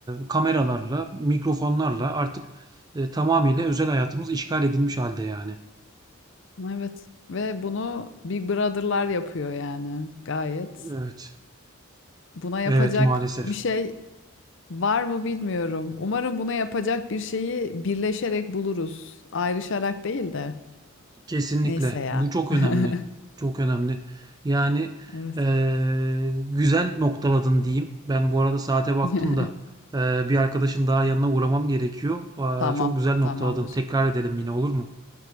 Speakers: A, on the right; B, on the left.
A: kameralarla, mikrofonlarla artık e, tamamıyla özel hayatımız işgal edilmiş halde yani.
B: Evet ve bunu Big Brother'lar yapıyor yani gayet.
A: Evet.
B: Buna yapacak
A: Evet maalesef.
B: bir şey var mı bilmiyorum. Umarım buna yapacak bir şeyi birleşerek buluruz. Ayrışarak değil de.
A: Kesinlikle.
B: Neyse ya.
A: Bu çok
B: <laughs>
A: önemli. Çok önemli. Yani
B: Evet.
A: eee, güzel noktaladın diyeyim. Ben bu arada saate baktım
B: <laughs>
A: da eee, bir arkadaşın daha yanına uğramam gerekiyor. Aa,
B: Tamam,
A: çok güzel noktaladın.
B: tamamdır.
A: Tekrar edelim yine olur mu?